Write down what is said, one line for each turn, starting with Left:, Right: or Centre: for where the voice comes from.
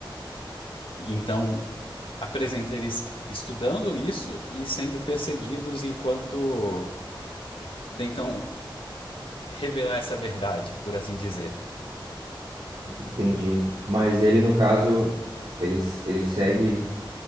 Left: Então, apresenta eles estudando isso e sendo perseguidos enquanto tentam revelar essa verdade, por assim dizer.
Right: entendi. Mas ele no caso, ele, s- ele segue